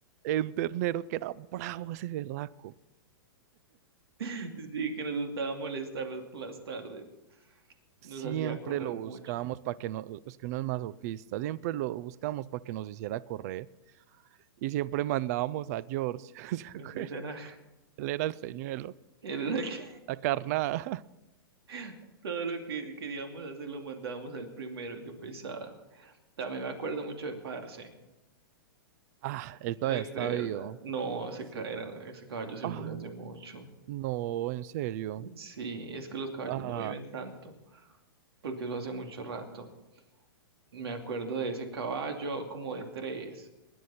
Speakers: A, on the right; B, on the right.
A: Un ternero que era bravo ese berraco.
B: <laughs> Sí, que nos gustaba molestarnos por las tardes. Nos
A: Siempre
B: hacía correr
A: lo buscábamos
B: mucho.
A: para que nos, es que uno es masoquista, siempre lo buscábamos para que nos hiciera correr. y siempre mandábamos a George, <laughs> ¿se
B: Es
A: acuerda?
B: que ese era,
A: Él era el señuelo,
B: <laughs> él era el que
A: la carnada. <laughs>
B: <laughs> todo lo que queríamos hacer lo mandábamos al primero, que pesada. También me acuerdo mucho de Parce.
A: Ah, él
B: ¿Sí
A: todavía
B: ¿Te acuerdas?
A: está vivo.
B: No, ese,
A: Sí.
B: ca- era- ese caballo se
A: Ay,
B: murió hace mucho.
A: no, en serio.
B: Sí, es que los caballos
A: Ah,
B: no viven tanto, porque eso hace mucho rato. Me acuerdo de ese caballo, como de tres.